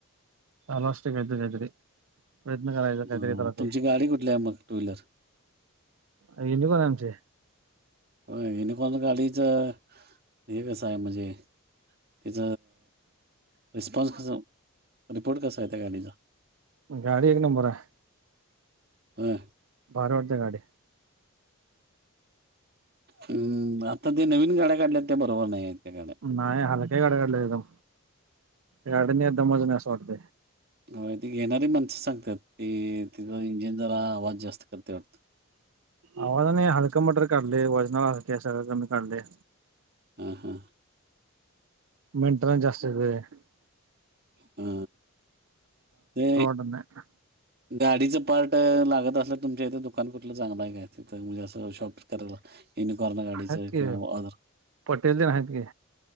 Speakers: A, on the right; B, on the right.
A: आलो असतो कधी ना कधी तरी प्रयत्न करायच कधी
B: अ,
A: तर होतय
B: तुमची गाडी कुठली आहे मग टू व्हीलर
A: हेनी बग आमचे
B: होय युनिकॉर्न गाडीचे हे कसं हाय म्हणजे तिच रिस्पॉन्स कस रिपोर्ट कसा आहे त्या गाडीचा
A: गाडी एक नंबर आहे
B: होय
A: भारी वाटत्या गाडी
B: हम्म आता त्या नवीन गाड्या काढल्यात त्या बरोबर नाही आहेत त्या गाड्या
A: नाही हलक्या गाड्या काडल्यात एकदम गाडीत काय दमच नाही असं वाटत
B: त घेणारी माणसच सांगतात ते तिथं इंजिन जरा आवाज जास्त करते वाटत
A: आवाजाने हलकं मटरैल काढलेय वजनाला सगळ कमी काढले
B: हा हां
A: मेंटन जास्त य आहे <unintelligible>
B: हा ते
A: म्ह <unintelligible>
B: गाडीचं पार्ट लागत असलं तुमच्या इथे दुकान कुठलं चांगलं आहे काय? म्हणजे अस शॉपिंग करायला इनिकॉर्न गाडीचं
A: आहेत की
B: किंवा अदर
A: पटेल तेन आहेत की